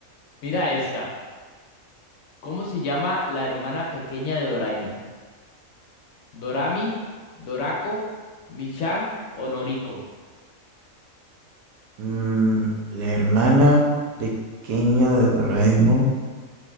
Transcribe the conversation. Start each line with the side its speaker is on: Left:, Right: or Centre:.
Left: Mira esta. ¿Cómo se llama la hermana pequeña de Doraemon? Dorami, Dorako, Michan o Noriko.
Right: Mm, la hermana pequeña de Doraemon.